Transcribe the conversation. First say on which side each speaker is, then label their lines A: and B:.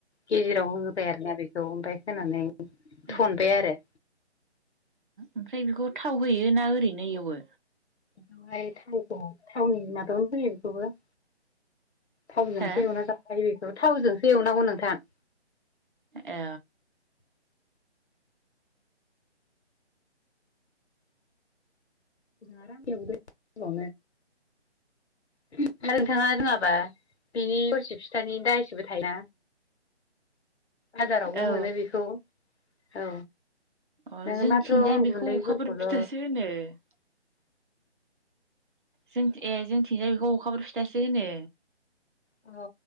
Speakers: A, on the left; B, on the right.
A: गेजेराव होबाय आरोना बेखौ ओमफ्राय होनानै थनबाय
B: औ
A: आरो
B: ओमफ्राय बेखौ थाव होयोना ओरैनो एवो
A: बेवहाय थावखौ थावनि माबायावनो होैयो बेखौबो थावजोंसो
B: हो
A: एवना जाखायो बेखौ थावजोंसो एवनांगौ नोंथां
B: ए
A: आराम <unintelligible> आरो नोंथाङा रोङाबा बिनि थरसि फिथानि दा एसेबो थायोना बाजारावबो
B: ओं औ
A: मोनो बेखौ औ
B: अ
A: नोङो
B: जोंथिंजाय
A: माथ्र अन
B: बेखौ
A: गुन्दैफोरखौल
B: अखाफोर <unintelligible> जों ए जोंथिंजाय बेखौ अखफोर फिथासो होनो
A: अ